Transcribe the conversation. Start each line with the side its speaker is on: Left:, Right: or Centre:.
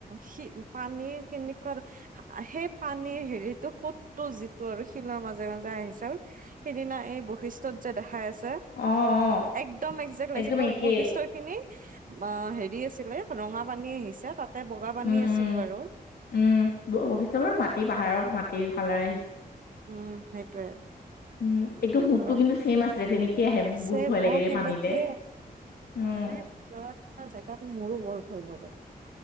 Right: সি পানী কেনেকুৱা সেই পানীৰ হেৰিতটো সোতটো যিটো আৰু শিলৰ মাজে মাজে আহিছে আৰু। সিদিনা এই, বৈশিষ্ট্যত যে দেখাই আছে।
Left: অ অ
Right: একদম একজেক্ট লাগিছে,
Left: একদম
Right: কেৱল
Left: একেই
Right: বৈশিষ্টয় খিনি অ, হেৰি আছিলে। ৰঙা পানী আহিছে, তাতে বগা পানী
Left: উম
Right: আছিল
Left: উম
Right: বাৰু।
Left: উম, বৈশিষ্ট্য বাৰু মাটি পাহাৰৰ মাটি কালাৰে আহিছে।
Right: উম, সেইটোয়ে।
Left: উম, সুতটো
Right: হেল্ল'
Left: কিন্তু ছেম আছিলে, তেনেকেই আহে বহুত
Right: চেম
Left: ভয় লাগে
Right: অ
Left: ৰে
Right: সেনেকে
Left: পানীলে। উম
Right: মানে ভিতৰত থকা জেগাতো মোৰো বৰ ভয় লাগে।